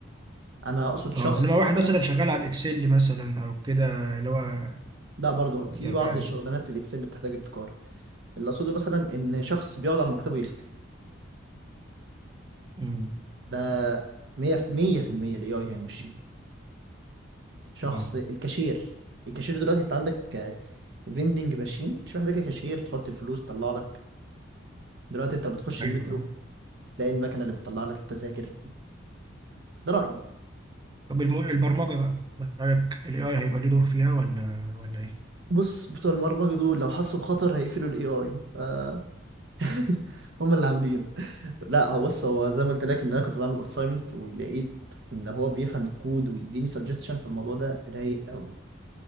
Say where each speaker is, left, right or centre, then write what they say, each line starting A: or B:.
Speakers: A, on the right; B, on the right.
A: انا اقصد شخص
B: اه انما واحد
A: مثلا
B: مثلا شغال على الاكسل مثلا او كده اللي هو
A: لا برضه في
B: يعني
A: بعض الشغلانات في الاكسل اللي بتحتاج ابتكار اللي اقصده مثلا ان شخص بيقعد على مكتبه يختم
B: مم.
A: ده 100 في 100% الاي اي هيمشيه شخص
B: اه
A: الكاشير الكاشير دلوقتي انت عندك فيندنج ماشين مش محتاجه كاشير تحط الفلوس تطلع لك دلوقتي انت لما بتخش
B: ايوه
A: المترو
B: أيوة.
A: بتلاقي المكنه اللي بتطلع لك التذاكر ده رايي
B: طب الم... البرمجة بقى من رأيك ال AI هيبقى ليه دور فيها ولا ولا ايه؟
A: بص بتوع البرمجه دول لو حسوا بخطر هيقفلوا الاي اي ف <laughs> هم اللي عاملين لا هو بص هو زي ما قلت لك ان انا كنت بعمل اساينمنت ولقيت ان هو بيفهم الكود ويديني سجستشن في الموضوع ده رايق قوي